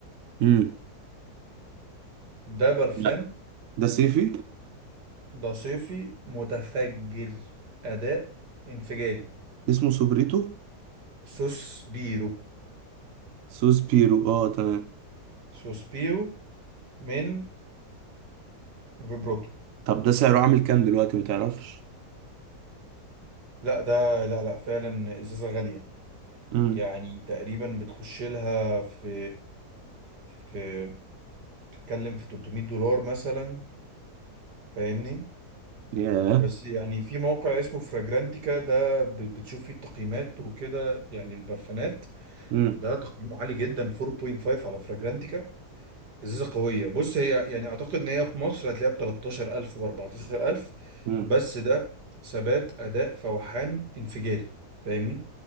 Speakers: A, on the right; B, on the right.
A: امم
B: ده برفان
A: لا ده صيفي
B: ده صيفي متفجر اداء انفجاري
A: اسمه سوبريتو
B: سوسبيرو
A: سوس بيرو اه تمام
B: سوسبيرو من فيبروتو
A: طب ده سعره عامل كام دلوقتي ما تعرفش
B: لا ده لا لا فعلا ازازه غاليه
A: امم
B: يعني تقريبا بتخش لها في في بتتكلم في 300 دولار مثلا فاهمني
A: ياه
B: بس يعني في موقع اسمه فراجرانتيكا ده ب- بتشوف فيه التقييمات وكده يعني البرفانات
A: مم.
B: ده تقييمه عالي جدا 4.5 على فراجرانتيكا ازازه قويه بص هي يعني اعتقد ان هي في مصر هتلاقيها ب 13000 ب 14000
A: مم.
B: بس ده ثبات اداء فوحان انفجاري فاهمني